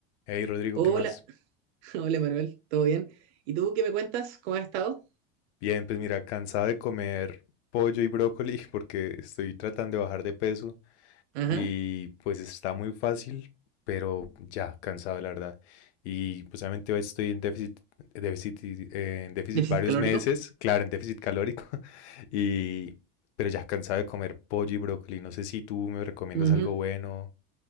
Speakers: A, on the left; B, on the right.
A: Hey Rodrigo,
B: Hola,
A: ¿qué más?
B: <laughs> hola Manuel, ¿todo bien? ¿Y tú qué me cuentas? ¿Cómo has estado?
A: Bien, pues mira, cansado de comer pollo y brócoli <laughs> porque estoy tratando de bajar de peso
B: Ajá,
A: y pues está muy fácil, pero ya, cansado la verdad. Y pues obviamente hoy estoy en déficit, déficit, y- eh, en déficit
B: déficit
A: varios
B: calórico.
A: meses, claro, en déficit calórico, <laughs> y pero ya cansado de comer pollo y brócoli. No sé si tú me recomiendas
B: Ujú,
A: algo bueno.